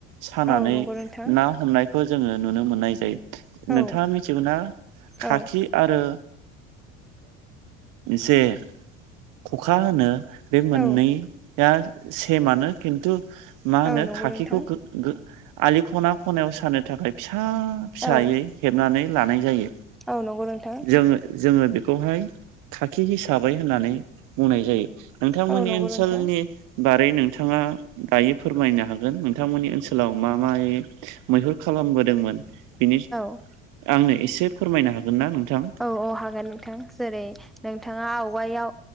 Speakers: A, on the right; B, in the centre.
A: सानानै
B: औ नंगौ नोंथां
A: ना हमनायखौ जोङो नुनो मोननाय जायो। नोंथाङा
B: औ
A: मिथिगौ
B: औ
A: खाखि आरो जे खखा होनो बे मोननैया
B: औ
A: सेमानो खिन्थु मा
B: औ
A: होनो
B: नंगौ
A: खाखिखौ
B: नोंथां
A: आलि खना खनायाव सानो थाखाय फिसा फिसायै
B: औ
A: हेबनानै लानाय जायो।
B: औ नंगौ नोंथां।
A: जोङ जोङो बेखौहाय खाखि हिसाबै होननानै बुंनाय जायो। नोंथांमोननि
B: औ नंगौ
A: ओनसोलनि
B: नोंथां
A: बारै नोंथाङा दायो फोरमायनो हागोन नोंथांमोननि ओनसोलाव मा मायै। मैहुर खालामबोदोंमोन बेनि
B: औ
A: आंनो एसे फोरमायनो हागोन ना नोंथां।
B: औ औ हागोन नोंथां जेरै नोंथाङा आवगायाव